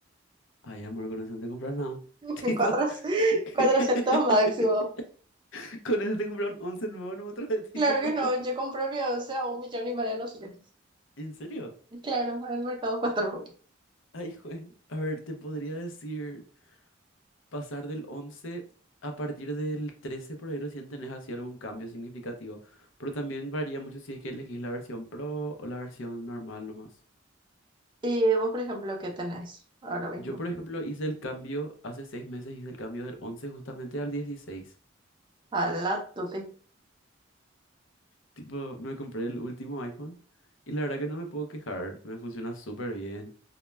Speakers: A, on the left; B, on the right.
A: ay, amor, con eso no te compras nada. <laughs>
B: <laughs>
A: Tipo, <laughs>
B: cuatrocientos máximo.
A: con eso te compras un once nuevo en otro vez, tipo.
B: Claro que
A: <laughs>
B: no, yo compré mi once a un millón y medio, no sé qué.
A: ¿En serio?
B: Claro, en el mercado cuatro.
A: Ay, jue. A ver, te podría decir, pasar del 11 a partir del 13 por ahí recién tenés así algún cambio significativo. Pero también varía mucho si es que elegís la versión Pro o la versión normal nomás.
B: Y vos, por ejemplo, ¿qué tenés ahora mismo?
A: Yo, por ejemplo, hice el cambio, hace seis meses hice el cambio del 11 justamente al 16.
B: A la tuti.
A: Tipo, me compré el último iPhone y la verdad que no me puedo quejar, me funciona súper bien,